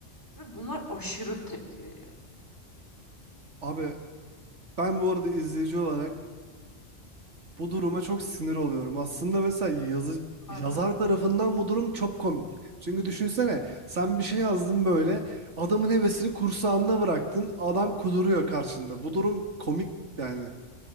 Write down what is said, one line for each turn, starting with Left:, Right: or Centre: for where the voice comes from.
Left: Ve bunlar aşırı tepki veriyor.
Right: abi ben bu arada izleyici olarak Bu duruma
Left: Hı.
Right: çok sinir oluyorum. Aslında mesela yazı, yazar
Left: Ben de.
Right: tarafından bu durum çok komik. Çünkü düşünsene sen bir şey yazdın böyle adamın hevesini kursağında bıraktın adam kuduruyor karşında. Bu durum komik yani.